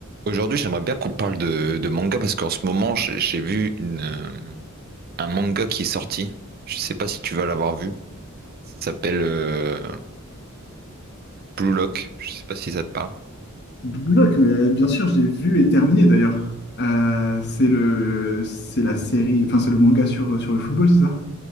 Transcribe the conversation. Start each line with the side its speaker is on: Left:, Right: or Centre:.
Right: Aujourd'hui, j'aimerais bien qu'on parle de, de manga parce qu'en ce moment, j'ai j'ai vu une, euh, un manga qui est sorti. Je sais pas si tu vas l'avoir vu. Ça s'appelle euh, Blue Lock. Je sais pas si ça te parle.
Left: Block, mais euh, bien sûr, je l'ai vu et terminé d'ailleurs. Euh, c'est le, c'est la série, enfin c'est le manga sur, euh, sur le football, c'est ça?